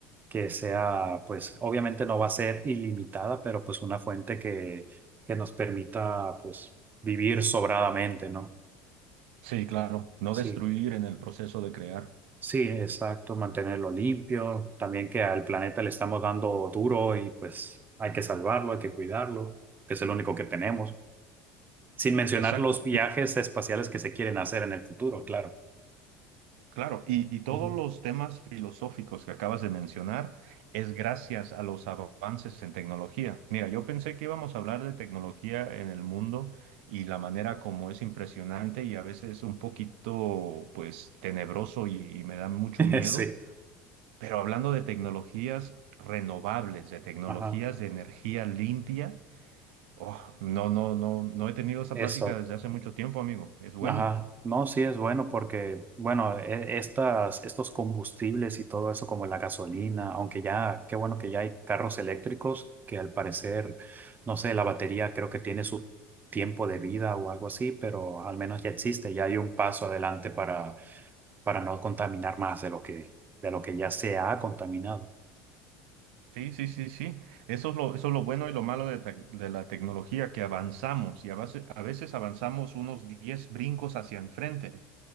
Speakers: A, on the right; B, on the right.
A: que sea, pues, obviamente no va a ser ilimitada, pero pues una fuente que, que nos permita, pues, vivir sobradamente, ¿no?
B: Sí, claro, no
A: Sí.
B: destruir en el proceso de crear.
A: Sí, exacto, mantenerlo limpio, también que al planeta le estamos dando duro y pues hay que salvarlo, hay que cuidarlo, que es el único que tenemos, sin mencionar
B: Exacto.
A: los viajes espaciales que se quieren hacer en el futuro, claro.
B: Claro, y, y todos
A: Ujú.
B: los temas filosóficos que acabas de mencionar es gracias a los avances en tecnología. Mira, yo pensé que íbamos a hablar de tecnología en el mundo y la manera como es impresionante y a veces un poquito, pues, tenebroso y, y me da mucho
A: <laughs>
B: miedo,
A: Sí,
B: pero hablando de tecnologías renovables, de tecnologías
A: ajá.
B: de energía limpia, oh, no, no, no, no he tenido esa
A: Eso,
B: plática desde hace mucho tiempo, amigo. Es bueno.
A: Ajá, no, sí es bueno porque, bueno, e- estas, estos combustibles y todo eso como la gasolina, aunque ya, qué bueno que ya hay carros eléctricos que al parecer, no sé, la batería creo que tiene su tiempo de vida o algo así, pero al menos ya existe, ya hay un paso adelante para, para no contaminar más de lo que, de lo que ya se ha contaminado.
B: Sí, sí, sí, sí. Eso es lo, eso es lo bueno y lo malo de, tec- de la tecnología, que avanzamos y a base- a veces avanzamos unos 10 brincos hacia enfrente,